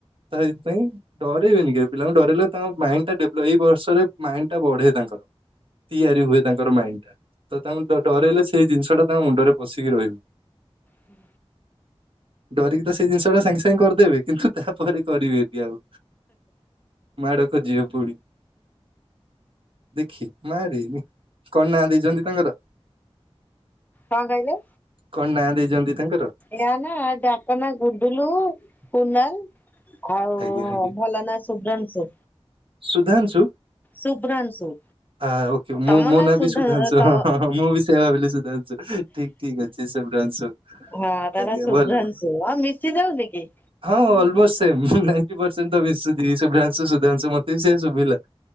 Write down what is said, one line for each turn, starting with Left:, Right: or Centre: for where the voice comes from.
Right: ତ ସେଥିପାଇଁ ଡରେଇବେନି କେବେ ପିଲାଙ୍କୁ ଡରିଲଲେ ତାଙ୍କ ମାଇଣ୍ଡ ଟା ଡେଭ୍ଲପ ଏଇ ବର୍ଷରେ ମାଇଣ୍ଡ ଟା ବଢେ ତାଙ୍କ <inaudible> ତିଆରି ହୁଏ ତାଙ୍କର ମାଇଣ୍ଡ ଟା ତ ତାଙ୍କୁ ଡରେଇଲେ ସେଇ ଜିନିଷଟା ତାଙ୍କ ମୁଣ୍ଡରେ ପଶିକି ରହିବ
Left: ହୁଁ
Right: ଡରିକି ତ ସେଇ ଜିନିଷଟା ସାଙ୍ଗେ ସାଙ୍ଗେ କରିଦେବେ କିନ୍ତୁ, ତାପରେ କରିବେନି ଆଉ। ମାଡ ଖୋଜିବେ ପୁଣି। ଦେଖି ମାରି। କଣ ନାଁ ଦେଇଛନ୍ତି ତାଙ୍କର?
Left: କଣ କହିଲେ?
Right: କଣ ନାଁ ଦେଇଛନ୍ତି ତାଙ୍କର?
Left: ନାଁ ନାଁ, ଡାକ ନାଁ ଗୁଡୁଲୁ କୁନାଲ ଆଉ
Right: ଆଜ୍ଞା ଆଜ୍ଞା
Left: ଭଲ ନା ଶୁଭ୍ରାଂଶୁ।
Right: ସୁଧାଂଶୁ?
Left: ଶୁଭ୍ରାଂଶୁ
Right: ହଁ ଓକେ, ମୁଁ
Left: ତମ
Right: ମୋ ନା
Left: ସୁଧ
Right: ବି ସୁଧାଂଶୁ
Left: ତ
Right: ହଁ ହଁ ହଁ, ମୁଁ ବି ସେଇଆ ଭାବିଲି ସୁଧାଂଶୁ ଠିକ ଠିକ ଅଛି। ଶୁଭ୍ରାଂଶୁ।
Left: ହଁ ତା
Right: ଆଜ୍ଞା
Left: ନାଁ ଶୁଭ୍ରାଂଶୁ।
Right: ଭଲ ନା।
Left: ଆଉ ମିଶି ଯାଉନି କି।
Right: ହଁ ଅଲ୍ମୋଷ୍ଟ ସେମ୍ ନାଇଣ୍ଟି ପରସେଣ୍ଟ ତ ମିଶୁଚି ଶୁଭ୍ରାଂଶୁ- ସୁଧାଂଶୁ ମତେ ବି ସେଇଆ ସୁଭିଲା।